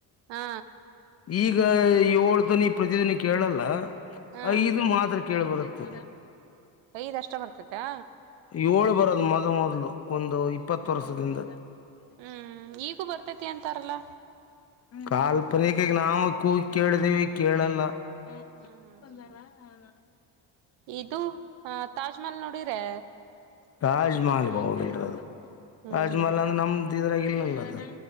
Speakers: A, on the right; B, on the left.
A: ಹಾ
B: ಈಗ ಏಳು ತನಿ ಪ್ರತಿದಿನಿ ಕೇಳಲ್ಲ
A: ಹಾ
B: ಇದು ಮಾತ್ರ ಕೇಳ ಬರುತ್ತೆ
A: ಐದ್ ಅಷ್ಟ ಬರ್ತೈತಾ
B: ಏಳು ಬರೋದು ಮೊದ್ ಮೊದಲು ಒಂದು ಇಪ್ಪತ್ತು ವರ್ಷದಿಂದ
A: ಹ್ಮ್ ಈಗೂ ಬರ್ತೈತಿ ಅಂತಾರಲ್ಲ
B: ಕಾಲ್ಪನಿಕಗ ನಾವ ಕೂಗಿ ಕೇಳ್ದೇವಿ ಕೇಳಲ್ಲ <unintelligible>
A: ಹ್ಮ್ ಹ್ಮ್ ಹ್ಮ್ ಹ್ಮ್ ಇದು ತಾಜ್ ಮಹಲ್ ನೋಡಿರೆ
B: ತಾಜ್ ಮಹಲ್ ಹೋಗಿಲ್ರ ಅದು
A: ಹ್ಮ್
B: ತಾಜ್
A: ಹ್ಮ್
B: ಮಹಲ್ ಅಂದ್ರೆ ನಮ್ದ ಇದ್ರಾಗಿ ಇಲ್ಲಲ್ಲದು